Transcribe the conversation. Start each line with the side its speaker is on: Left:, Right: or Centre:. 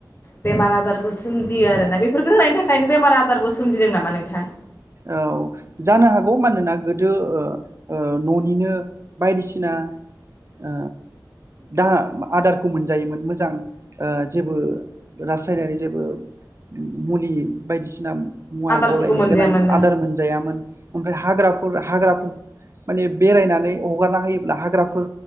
Left: बेमार आजारबो सोमजियो आरोना बे बेफोरखौ होनायनि थाखायनो बेमार आजार आजारबो सोमजिदों नामा नोंथां
Right: औ जानो हागौ मानोना गोदो ओ ओ ननिनो बायदिसिना ओ दा आदारखौ मोनजायोमोन मोजां ओ जेबो रासायनारि जेबो मुलि बायदिसिना मुवा
Left: आदारफोरखौ
Right: गलायनाय
Left: मोनजायामोन
Right: गोनां आदार मोनजायामोन ओमफ्राय हाग्राफोर हाग्राफोर माने बेरायनानै हगारना होयोब्ला हाग्राफोर